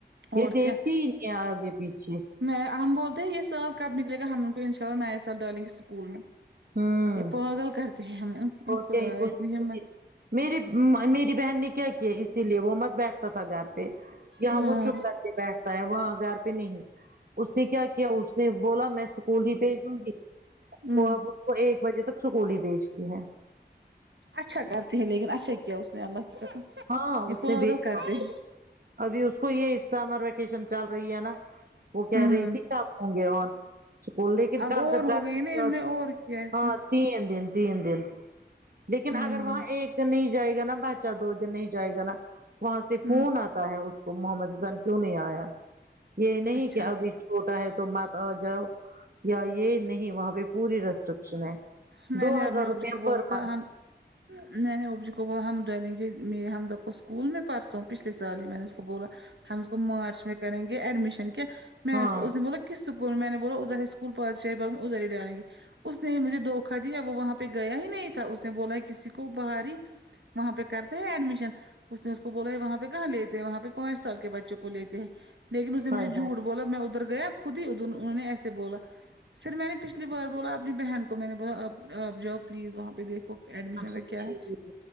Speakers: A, on the right; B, on the right.
A: یہ
B: اور
A: دیکھتی
B: کیا
A: ہی نہیں ہے آگے پیچھے
B: میں ہم بولتے ہیں یہ سال کب نکلے گا ہم ان کو ان شاء اللہ نیا سال ڈالیں گے اسکول میں
A: ہوں
B: یہ پاگل کرتے ہیں ہمیں
A: اور
B: خدایا
A: کہیں <unintelligible>
B: اتنی ہمت
A: میری م میری بہن نے کیا کیا اسی لیے وہ مت بیٹھتا تھا گھر پہ یہاں
B: ہاں
A: وہ چپ کر کے بیٹھتا ہے وہاں گھر پہ نہیں اس نے کیا کیا اس نے بولا میں اسکول ہی بھیجوں گی
B: ہمم
A: وہ اب وہ ایک بجے تک ا سکول ہی بھیجتی ہیں
B: اچھا کرتی ہے لیکن اچھا کیا اس نے اللہ کی قسم
A: ہاں
B: یہ
A: اس
B: پاگل
A: نے بھیجا
B: کرتے ہیں
A: ابھی اس کو یہ سمر ویکیشن چل رہی ہے نا وہ کہہ
B: ہمم
A: رہی تھی کب ہوں گے اون اسکول لیکن
B: اب
A: کل
B: اور
A: جب
B: ہو
A: <unintelligible>
B: گئی نا نے اور کیا اس
A: ہاں
B: میں
A: تین دن تین دن لیکن
B: ہمم
A: اگر وہاں ایک دن نہیں جائے گا نا بچہ دو دن نہیں جائے گا نا وہاں سے
B: ہمم
A: فون آتا ہے اس کو محمد حسان کیوں نہیں آیا یہ نہیں
B: اچھا
A: کہ ابھی چھوٹا ہے تو مت آ جاؤ یا یہ نہیں وہاں پہ پوری رسٹرکشن ہے
B: میں
A: دو
B: نے
A: ہزار
B: اپنے ابو
A: روپیہ
B: جی کو بولا
A: پر
B: تھا
A: منتھ
B: ہم میں نے ابو جی کو بولا ہم ڈالیں گے میرے ہمزہ کو اسکول میں پرسوں پچھلے سال ہی میں نے اس کو بولا ہم اس کو مارچ میں کریں گے ایڈمشن کیا میں
A: ہاں
B: نے اس اس نے بولا کس اسکول میں نے بولا ادھر اسکول پادشاہی باغ میں ادھر ہی ڈالیں گے اس نے ہی مجھے دھوکا دیا وہاں پہ گیا ہی نہیں تھا اس نے بولا کسی کو بباہر ہی وہاں پہ کرتے ہیں ایڈمیشن اس نے اس کو بولا وہاں پہ کہاں لیتے ہیں وہاں پہ پانچ سال کے بچوں کو لیتے ہیں لیکن اس نے
A: ہائے
B: مجھے جھوٹ
A: ہائے
B: بولا میں ادھر گیا خود ہی ادھر انہوں نے ایسے بولا پھر میں نے پچھلی بار بولا اپنی بہن کو میں نے بولا اب آپ جاؤ پلیز وہاں پہ دیکھو ایڈمیشن
A: اچھا
B: کا کیا
A: ٹھیک
B: ہے